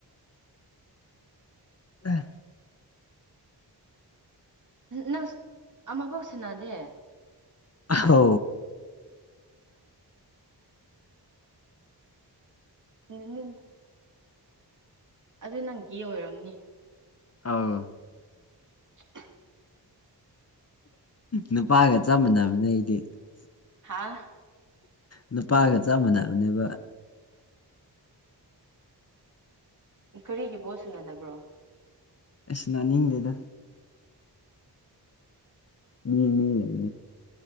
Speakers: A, on the left; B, on the right.
A: ꯑ
B: ꯅꯪ ꯑꯃꯥ ꯄꯥꯎ ꯁꯅꯗꯦ
A: ꯍ
B: ꯅ ꯑꯗꯨ ꯅꯪꯒꯤ ꯑꯣꯏꯔꯝꯅꯤ
A: ꯑ
B: <unintelligible>
A: ꯅꯨꯄꯥꯒ ꯆꯞ ꯃꯥꯟꯅꯕꯅꯦ ꯑꯩꯗꯤ
B: ꯍꯥꯥ
A: ꯅꯨꯄꯥꯒ ꯆꯞ ꯃꯥꯟꯅꯕꯅꯦꯕ
B: ꯀꯔꯤꯒꯤ ꯄꯣꯠ ꯁꯥꯟꯅꯗꯕ꯭ꯔꯣ
A: ꯑꯁ ꯅꯥꯅꯤꯡꯗꯦꯗ ꯃꯤ ꯂꯩ